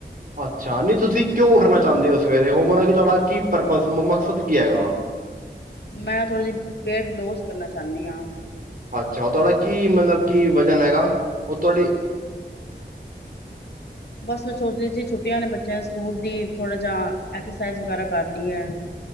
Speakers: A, on the right; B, on the left.
A: ਅੱਛਾ ਨਹੀਂ ਤੁਸੀਂ ਕਿਉਂ ਉੱਠਣਾ ਚਾਹੁੰਦੇ ਹੋ ਸਵੇਰੇ ਹੋ ਮਤਲਬ ਕਿ ਤੁਹਾਡਾ ਕੀ ਪਰਪਸ ਮਕਸਦ ਕੀ ਹੈਗਾ।
B: ਮੈਂ ਥੋੜ੍ਹੀ ਜਿਹੀ ਵੇਟ ਲੂਸ ਕਰਨਾ ਚਾਹੁੰਦੀ ਹਾਂ।
A: ਅੱਛਾ ਉਹ ਤੁਹਾਡਾ ਕੀ ਮਤਲਬ ਕੀ ਵਜ਼ਨ ਹੈਗਾ ਉਹ ਤੁਹਾਡੀ
B: ਬਸ ਮੈਂ ਸੋਚ ਰਹੀ ਸੀ ਛੁੱਟੀਆਂ ਨੇ ਬੱਚਿਆਂ ਦੇ ਸਕੂਲ ਦੀ ਥੋੜਾ ਜਿਹਾ ਐਕਸਰਸਾਈਜ਼ ਵਗੈਰਾ ਕਰਨੀ ਹੈ